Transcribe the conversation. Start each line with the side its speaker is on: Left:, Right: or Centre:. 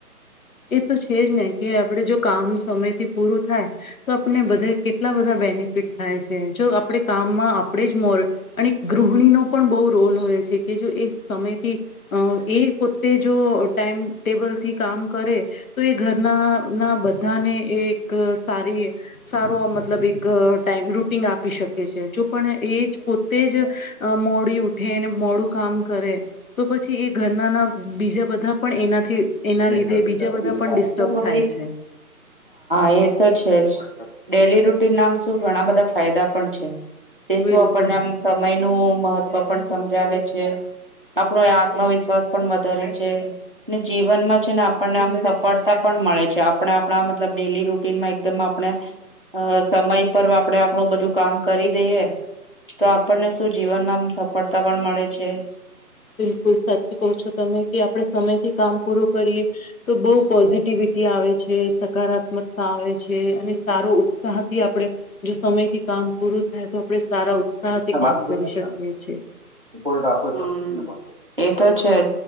Left: એ તો છે જ ને કે આપડે જો કામ સમય થી પૂરું થાય તો આપને બધે એટલા બધા બેનિફિટ થાય છે જો આપે કામમાં આપડે જ મો અને ગૃહિણી નો પણ બહુ રોલ હોય છે કે જો એક સમયથી એ પોતે જો ટાઈમ ટેબલ થી કામ કરે તો એ ઘરના ના બધાને એ સારી સારો મતલબ એક ટાઈમ રૂટીન આપી શકે છે જો પણ એ જ પોતે જ મોડી ઉઠે મોડું કામ કરે તો પછી એ ઘરના ના બીજા બધા પણ એનાથી એના લીધે
Right: હા
Left: બીજા બધા પણ ડિસ્ટર્બ થાય છે.
Right: એ તો છે જ. ડેલી રૂટીન નામ શું ઘણા બધા ફાયદા પણ છે. તે
Left: બિલકુલ
Right: શું આપણને આમ સમય નું મહત્વ પણ સમ જાવે આવે છે આપણો આત્મવિશ્વાસ પણ વધારે છે ને જીવનમાં છે ને આપણને આમ સફળતા પણ મળે છે આપણે આપણા મતલબ ડેલી રૂટીનમાં એકદમ આપણે સમય પર આપણે આપણું બધું કામ કરી દઈએ તો આપણને શું જીવનમાં આમ સફળતા પણ મળે છે.
Left: બિલકુલ સત કહો છો તમે કે આપણે સમયથી કામ પૂરું કરીએ તો બહુ પોઝિટિવિટી આવે છે સકારાત્મકતા આવે છે અને સારો ઉત્સાહથી આપણે જો સમયથી કામ પૂરું થાય તો આપણે સારા ઉત્સાહથી
Right: હમ્મ
Left: કામ કરી શકીએ છીએ
Right: એ તો છેજ